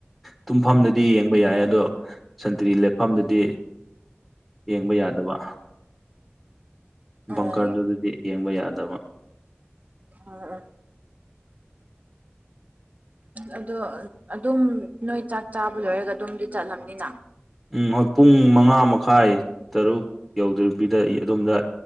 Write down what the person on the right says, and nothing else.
ꯑꯥ
ꯑꯣ ꯑꯣ ꯑꯗꯣ ꯑꯗꯨꯝ ꯅꯣꯏ ꯆꯥꯛ ꯆꯥꯕ ꯂꯣꯏꯔꯒ ꯑꯗꯨꯝꯗꯤ ꯆꯠꯂꯝꯅꯤꯅ